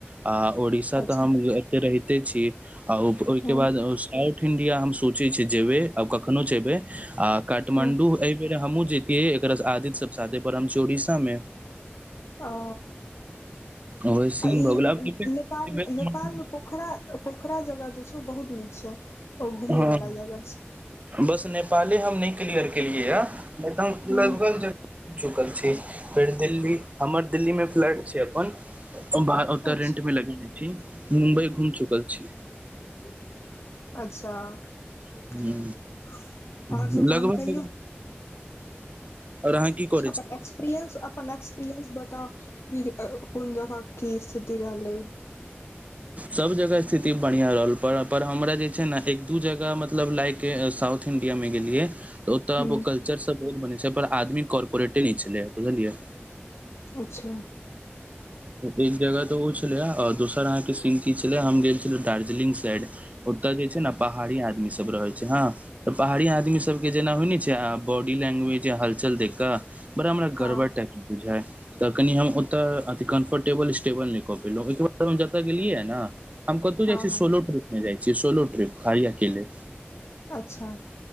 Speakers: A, on the right; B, on the left.
A: आ ओड़ीसा
B: अच्छा
A: तऽ हम एतय रहिते छी आ ओहिके
B: हँ
A: बाद साउथ इंडिया हम सोचे छी जेबे आ कखनो जेबे आ काठमांडू
B: हँ
A: ए बेर हमू जे एकरास आद्य सब साथे पर हम छी ओरीसा मे
B: ओ
A: ओहे सीन
B: आ ई
A: भऽ गेल
B: नेपाल
A: आब
B: नेपालमे प पोखरा पोखरा जगह जे छै ओ बहुत नीक छै ओ घूमेय
A: हँ
B: वालला जगह छै
A: बस नेपाली हम नै क्लियर केलियै य नै तऽ
B: ह
A: लगभग ज चुकल छी फेर दिल्ली हमर दिल्लीमे फ्लाइट छै अपन बाह ओतऽ
B: अच्छा
A: रेंट मे लगेने छी मुम्बई घूम चुकल छी
B: अच्छा आओर सब
A: हूँ,
B: जतहन कहियौ
A: लगभग आर अहा की क
B: अपन एक्सपीरियंस अपन एक्सपीरियंस बताउ ई कुन जगह की स्थिति रहलै
A: सब जगह स्थिति बढ़िआ रहल पर पर हमरा जे छै ने एक दू जगह मतलब लाइक के साउथ इंडिया मे गेलियै तऽ ओतऽ
B: ह
A: ओ कल्चर सब बहुत बनै छै पर आदमी कॉपोरेटे नै छलै बुझलियै
B: अच्छा
A: एक जगह तो ओ छलै र दोसर अहाँके सीन की छले हम गेल छल दार्जं लिंग साइड ओतय जे छै ने पहाड़ी आदमी सब रहै छै हँ तऽ पहाड़ी आदमीसभके जेना होइ ने छै आ बॉडी लैंग्वेज हलचल देख कऽ बड़ा हमरा
B: हँ
A: गड़बड़ टाइप के बुझ ह तऽ कनि हम ओत त कम्फर्टेबल स्टेबल नै कऽ पेलहुं ओहि ब हम जत ग गेलियै ने हमतहु
B: हँ
A: जाइ छ छी
B: हँ
A: सोलो ट्रिप जाइ छी सोलो ट्रिप खाली अकेले
B: अच्छा